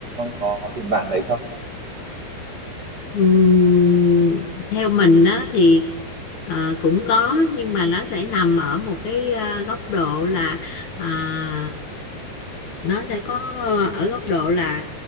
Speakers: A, on the right (about 45°); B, on the left (about 55°).
A: có có tình bạn đấy không?
B: Ừm, theo mình đó thì ờ, cũng có nhưng mà nó sẽ nằm ở một cái ờ, góc độ là à, nó sẽ có ở góc độ là